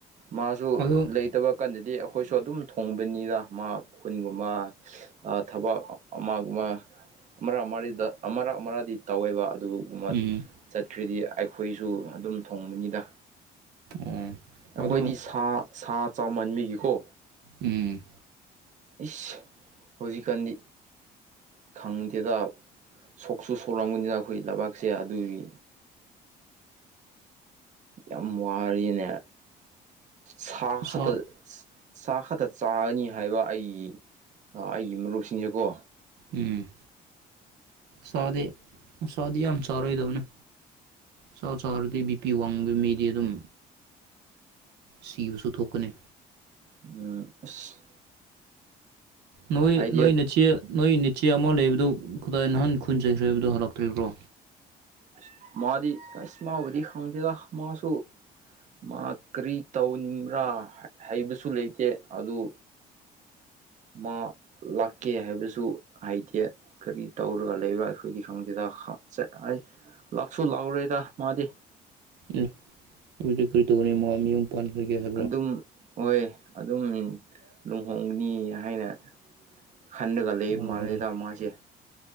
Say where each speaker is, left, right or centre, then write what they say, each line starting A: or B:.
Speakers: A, on the right; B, on the right.
A: ꯃꯥꯁꯨ
B: ꯑꯗꯣ
A: ꯂꯩꯇꯕ ꯀꯥꯟꯗꯗꯤ ꯑꯩꯈꯣꯏꯁꯨ ꯑꯗꯨꯝ ꯊꯣꯡꯕꯅꯤꯗ ꯃꯥ ꯈꯨꯟꯒꯨꯝꯕ ꯑ ꯊꯕꯛ ꯑꯃꯒꯨꯝꯕ ꯃꯔꯛ ꯃꯔꯤꯗ ꯑꯃꯔꯛ ꯑꯃꯔꯗꯤ ꯇꯧꯋꯦꯕ ꯑꯗꯨ ꯃꯠ
B: ꯎꯝ
A: ꯆꯠꯈ꯭ꯔꯗꯤ ꯑꯩꯈꯣꯏꯁꯨ ꯑꯗꯨꯝ ꯊꯣꯡꯕꯅꯤꯗ
B: ꯑꯣ ꯑꯗꯨ
A: ꯑꯩꯈꯣꯏꯗꯤ ꯁꯥ ꯁꯥ ꯆꯥꯃꯟꯕꯤꯒꯤꯀꯣ
B: ꯎꯝ
A: ꯏꯁ ꯍꯧꯖꯤꯛꯀꯥꯟꯗꯤ ꯈꯪꯗꯦꯗ ꯁꯣꯛꯁꯨ ꯁꯣꯛꯂꯝꯒꯅꯤꯗ ꯑꯩꯈꯣꯏ ꯂꯕꯥꯛꯁꯦ ꯑꯗꯨꯏ ꯌꯥꯝ ꯋꯥꯔꯦꯅꯦ ꯁꯥ
B: ꯎꯁꯥ
A: ꯈꯛꯇ ꯁꯥꯥ ꯈꯠꯇ ꯆꯥꯒꯅꯤ ꯍꯥꯏꯕ ꯑꯩ ꯑ ꯑꯩꯒꯤ ꯃꯥꯔꯨꯞꯁꯤꯡꯖꯦꯀꯣ
B: ꯎꯝ ꯁꯥꯗꯤ ꯃꯁꯥꯗꯤ ꯌꯥꯝ ꯆꯥꯔꯣꯏꯗꯕꯅꯤ ꯁꯥ ꯆꯥꯔꯗꯤ ꯕꯤꯄꯤ ꯋꯥꯡꯕ ꯃꯤꯗꯤ ꯑꯗꯨꯝ ꯁꯤꯕꯁꯨ ꯊꯣꯛꯀꯅꯤ
A: ꯎꯝ ꯑꯁ
B: ꯅꯣꯏ
A: ꯑꯥꯏꯗꯤꯌꯥ
B: ꯅꯣꯏ ꯅꯆꯦ ꯅꯣꯏ ꯅꯆꯦ ꯑꯃ ꯂꯩꯕꯗꯨ ꯀꯗꯥꯏ ꯅꯍꯥꯟ ꯈꯨꯟ ꯆꯩꯈ꯭ꯔꯦ ꯍꯥꯏꯕꯗꯨ ꯍꯜꯂꯛꯇ꯭ꯔꯤꯕ꯭ꯔꯣ
A: ꯑꯁ ꯃꯥꯗꯤ ꯑꯁ ꯃꯕꯨꯗꯤ ꯈꯪꯗꯦꯗ ꯃꯥꯁꯨ ꯃꯥ ꯀꯔꯤ ꯇꯧꯅꯤꯡꯕ꯭ꯔꯥ ꯍꯩ ꯍꯩꯕꯁꯨ ꯂꯩꯇꯦ ꯑꯗꯨ ꯃꯥ ꯂꯥꯛꯀꯦ ꯍꯥꯏꯕꯁꯨ ꯍꯥꯏꯗꯦ ꯀꯔꯤ ꯇꯧꯔꯒ ꯂꯩꯕ꯭ꯔꯥ ꯑꯩꯈꯣꯏꯗꯤ ꯈꯪꯗꯦꯗ ꯍꯥ ꯆꯠ ꯑꯥꯏ ꯂꯥꯛꯁꯨ ꯂꯥꯎꯔꯦꯗ ꯃꯥꯗꯤ
B: ꯎꯝ ꯑꯗꯨꯗꯤ ꯀꯔꯤ ꯇꯧꯒꯅꯤ ꯃꯥ ꯃꯌꯨꯝ ꯄꯄꯟꯔꯒ
A: ꯑꯗꯨꯝ ꯍꯣꯏ ꯑꯗꯨꯝ ꯂꯨꯍꯣꯡꯒꯅꯤ ꯍꯥꯏꯅ ꯈꯟꯂꯒ ꯂꯩ
B: ꯑꯣ
A: ꯃꯥꯜꯂꯦꯗ ꯃꯥꯁꯦ